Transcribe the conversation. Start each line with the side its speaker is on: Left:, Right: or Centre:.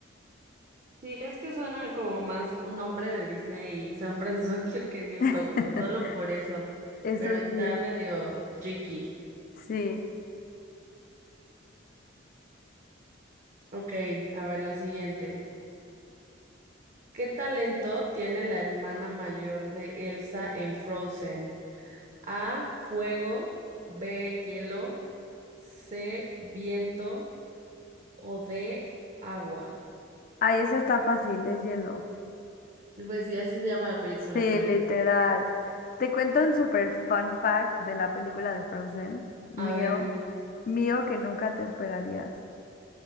Right: Sí, es que suena como más un nombre de Disney, y San <laughs> Francisco que New Tokio,
Left: <laughs>
Right: solo por eso.
Left: Eso
Right: Pero está
Left: sí.
Right: medio tricky.
Left: Sí.
Right: Ok, a ver la siguiente. ¿Qué talento tiene la hermana mayor de Elsa en Frozen? A, fuego, B, hielo, C, viento o D, agua.
Left: Ay, ese está fácil, es hielo.
Right: Pues sí, así se llama la película
Left: Sí,
Right: casi.
Left: literal. Te cuento un super fun fact de la película de Frozen, mío,
Right: A ver, dime.
Left: mío que nunca te esperarías.